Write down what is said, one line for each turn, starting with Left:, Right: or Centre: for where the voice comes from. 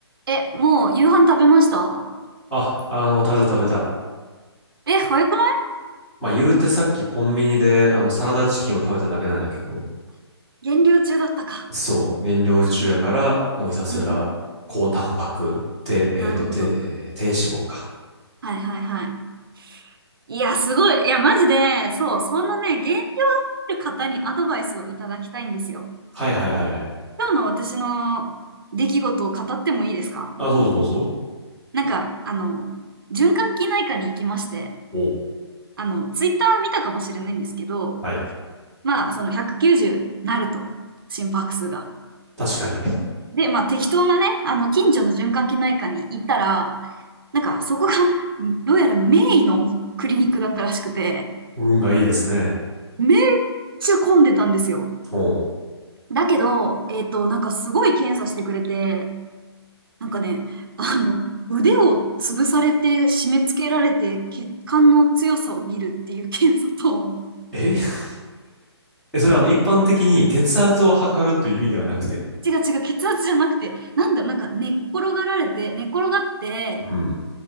Right: え、もう夕飯食べました
Centre: あ、あの、食べた食べた。
Right: え、早くない
Centre: まあ、言うてさっきコンビニで、あの、サラダチキンを食べただけなんだけど、
Right: 減量中だったか。
Centre: そう、減量中やから、
Right: すごい。
Centre: もうひたすら、
Right: うん。
Centre: 高タンパク、低、えっと、
Right: なるほど。
Centre: 低、えー低脂肪か。
Right: はいはいはい。いや、すごい。いや、マジで、そう、そんなね、減量してる方にアドバイスをいただきたいんですよ。
Centre: はいはいはいはい。
Right: 今日の私の出来事を語ってもいいですか
Centre: あ、どうぞどうぞ。
Right: なんか、あの、循環器内科に行きまして、
Centre: お、
Right: あの、ツイッター見たかもしれないんですけど、
Centre: はい。
Right: まあ、その190なると、心拍数が。
Centre: 確かに。
Right: で、まあ、適当なね、あの、近所の循環器内科に行ったら、なんかそこが、どうやらメインのクリニックだったらしくて、
Centre: <laughs> 運がいいですね。
Right: めっちゃ混んでたんですよ。
Centre: おう
Right: だけど、えっと、なんかすごい検査してくれて、なんかね、あの、腕を潰されて締め付けられて血管の強さを見るっていう検査と、
Centre: え <laughs> え、それあの、一般的に血圧を測るという意味ではなくて。
Right: 違う違う、血圧じゃなくて、なんだろう、なんか寝っ転がられて、寝っ転がって、
Centre: うん。